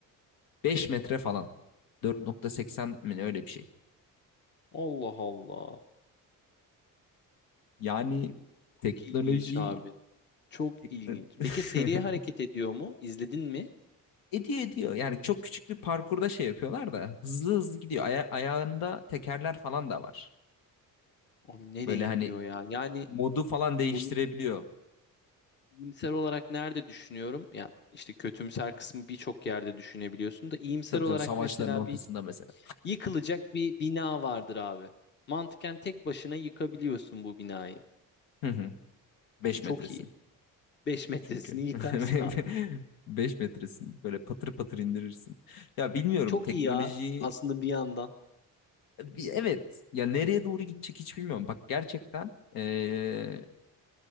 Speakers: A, on the left (about 80°); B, on the left (about 30°).
A: 5 metre falan. 4.80 mi öyle bir şey.
B: Allah Allah.
A: Yani
B: Çok
A: teknoloji
B: İlginç abi. Çok
A: tekno-
B: ilginç.
A: <laughs>
B: Peki seri hareket ediyor mu? İzledin mi?
A: ediyor ediyor. Yani çok küçük bir parkurda şey yapıyorlar da hızlı hızlı gidiyor. Aya- ayağında tekerler falan da var.
B: Abi nereye
A: Böyle hani
B: gidiyor ya? Yani
A: modu falan değiştirebiliyor.
B: bunu iyimser olarak nerede düşünüyorum? Ya işte kötümser kısmı birçok yerde düşünebiliyorsun da iyimser
A: Tabii
B: olarak
A: tabii savaşların
B: mesela
A: ortasında
B: bir
A: mesela.
B: Yıkılacak bir bina vardır abi. Mantıken tek başına yıkabiliyorsun bu binayı.
A: <laughs> beş
B: Çok
A: metresin.
B: iyi. 5 metresini
A: çünkü.
B: yıkarsın
A: <laughs>
B: abi.
A: beş metresin böyle patır patır indirirsin. Ya bilmiyorum
B: Çok
A: teknolojiyi
B: iyi ya aslında bir yandan.
A: bir- evet ya nereye doğru gidecek hiç bilmiyorum. Bak gerçekten eee,